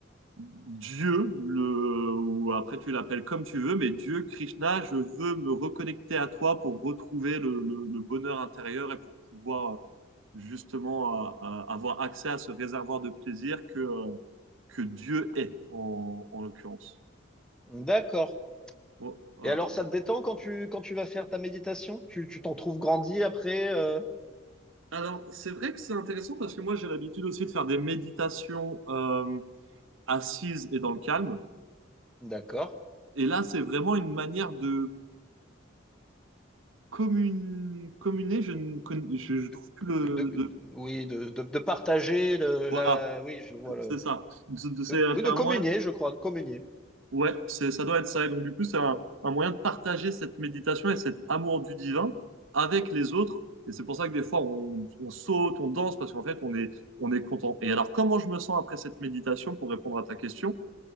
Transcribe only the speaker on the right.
Dieu, le, ou après tu l'appelles comme tu veux, mais Dieu, Krishna, je veux me reconnecter à toi pour retrouver le, le- le bonheur intérieur et pour pouvoir justement euh, euh, avoir accès à ce réservoir de plaisir que, euh, que Dieu est, en, en l'occurrence.
Bon, voilà.
Alors, c'est vrai que c'est intéressant parce que moi, j'ai l'habitude aussi de faire des méditations euh, assises et dans le calme.
Et là, c'est vraiment une manière de commune, communer. Je ne con- je, je
trouve plus le.
De,
voilà,
c'est ça. De- de- C'est
c'est
un
moyen.
Ouais, c'est, ça doit être ça. Et donc, du coup, c'est un, un moyen de partager cette méditation et cet amour du divin avec les autres. Et c'est pour ça que des fois, on, on saute, on danse, parce qu'en fait, on est, on est content. Et alors, comment je me sens après cette méditation, pour répondre à ta question?